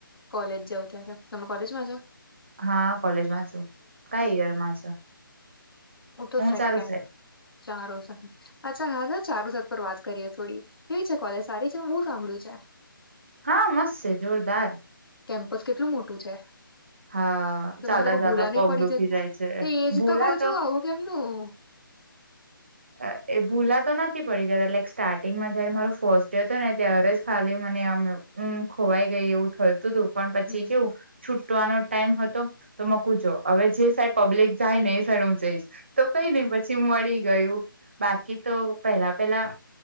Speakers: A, on the left (about 80°); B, on the right (about 30°).
A: કોલેજ જવ ત્યારે, તમે કોલેજમાં છો?
B: હા કોલેજમાં છું, કયા યરમાં છો?
A: હું તો
B: <unintelligible>
A: સેકન્ડ <unintelligible> અચ્છા <unintelligible> ચારુસત પર વાત કરીએ થોડી. કેવી છે કોલેજ, સારી છે, બઉ સાંભળ્યું છે.
B: હા મસ્ત છે, જોરદાર.
A: કેમ્પસ કેટલું મોટું છે?
B: હા
A: તો
B: ચાલતા
A: તમે લોકો
B: ચાલતા
A: ભૂલા નઈ
B: પગ
A: પડી
B: દુખી
A: જતા,
B: જાય છે
A: તો એજ
B: ભૂલા
A: તો કવ છું આવું કેમ નું
B: અ એ ભૂલાતો નથી પડી ગયા, લાઈક સ્ટાર્ટિંગમાં જ્યારે મારો ફર્સ્ટ ડે હતો ને ત્યારે જ ખાલી મને આમ એ હમ ખોવાઈ ગઈ એવું થતું તું, પણ પછી
A: હમ
B: કેવું છૂટવાનો ટાઈમ હતો, તો મ કુ જો અવે જે સાઈડ પબ્લિક જાય ને એ સાઈડ હું જઈશ. તો કઈ નઈ પછી મળી ગયું, બાકી તો પેલા પેલા